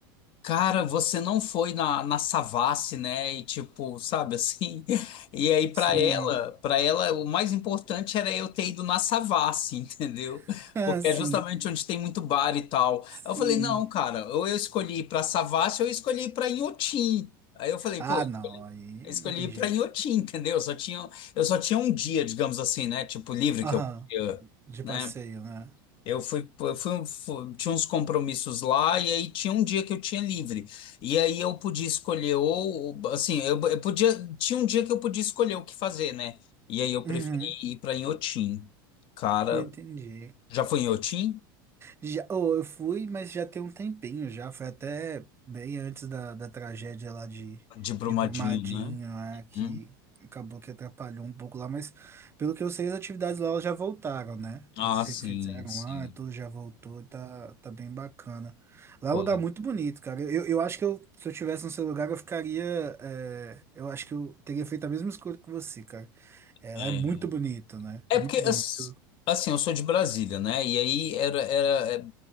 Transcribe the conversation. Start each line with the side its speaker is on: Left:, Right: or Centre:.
Left: cara, você não foi na, na Savassi, né? E tipo, sabe assim. <laughs> E aí pra
Right: Sim.
Left: ela, para ela o mais importante era eu ter ido na Savassi, <laughs> entendeu?
Right: <laughs> Ah,
Left: Porque
Right: sim.
Left: é justamente onde tem muito bar e tal.
Right: Sim.
Left: Eu falei, não, cara, ou eu escolhi ir pra Savassi ou eu escolhi ir pra Inhotim. Aí eu falei,
Right: Ah,
Left: pô,
Right: não, aí
Left: eu escolhi
Right: não tem
Left: ir
Right: jeito.
Left: pra Inhotim, entendeu? Eu só tinha, eu só tinha um dia, digamos assim, né? Tipo, livre
Right: Aham,
Left: que eu podia,
Right: de
Left: né?
Right: passeio, né?
Left: Eu fui, eu fui, fui- tinha uns compromissos lá e aí tinha um dia que eu tinha livre. E aí eu podia escolher ou, assim, eu, eu podia, tinha um dia que eu podia escolher o que fazer, né? E aí eu
Right: Uhum.
Left: preferi ir pra Inhotim. Cara,
Right: Pô, entendi.
Left: já foi em Inhotim?
Right: Já, oh, eu fui, mas já tem um tempinho já. Foi até bem antes da, da tragédia lá de,
Left: De Brumadinho,
Right: de Brumadinho,
Left: né?
Right: né, que
Left: Hum?
Right: acabou que atrapalhou um pouco lá. Mas pelo que eu sei, as atividades lá elas já voltaram, né?
Left: Ah,
Right: Eles
Left: sim,
Right: refizeram
Left: sim.
Right: lá, e tudo já voltou, e tá, tá bem bacana. Lá
Left: Pô,
Right: é um lugar muito bonito, cara. Eu, eu acho que eu, se eu tivesse no seu lugar, eu ficaria. é, eu acho que eu teria feito a mesma escolha que você, cara. É,
Left: é.
Right: lá é muito bonito, né?
Left: É
Right: Muito
Left: porque,
Right: bonito.
Left: ass- assim, eu sou de Brasília, né? E aí era, era é,